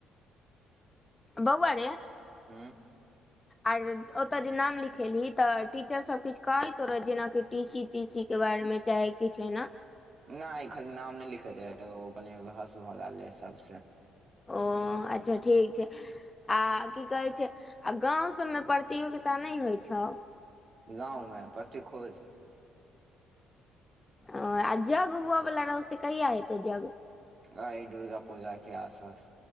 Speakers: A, on the left; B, on the right.
A: बौउआ रे।
B: हूं।
A: आर ओतय जे नाम लिखेलही तऽ टीचरसभ किछ कहैतो रहत जेनाकि टी सी ती सी के बारे मे चाहे किछ एना?
B: नहि खाली नाम नहि लिखैत छै ओ कनि बहस भऽ गेल रहै सबसे।
A: ओ अच्छा ठीक छै। आ की कहे छै आ गांव सबमे प्रतियोगिता नहि होइ छौ?
B: गाँवमे प्रति खोज।
A: ओ आ जग हुउ बला रह से्य कहिया हेतो जग?
B: आइ दुर्गा पूजाके आस पास।